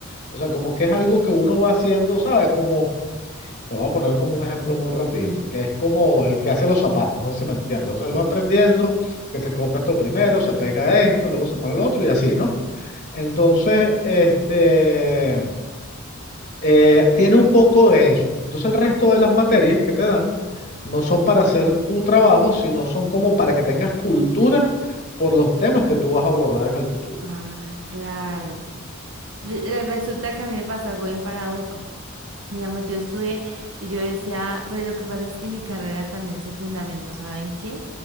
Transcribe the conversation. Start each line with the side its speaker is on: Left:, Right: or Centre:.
Left: O sea, como que es algo que uno va haciendo, ¿sabes? Como, te voy a poner como un ejemplo muy rapidito,
Right: Mm,
Left: que es como el que hace los zapatos, no sé si me entiendes. O sea, él
Right: sí.
Left: va aprendiendo que se corta esto primero, se pega
Right: Ujú.
Left: esto, luego se pone el otro y así, ¿no? Entonces, este, eh, tiene un poco de eso. Entonces el resto de las materias que te dan no son para hacer tu trabajo, sino son como para que tengas cultura por los temas que tú vas a abordar en el futuro.
Right: Ah, claro. Re- re- Resulta que a mí me pasa algo bien paradójico. Digamos, yo estudié y yo decía, pues lo que pasa es que mi carrera también se fundamentó, ¿saben qué?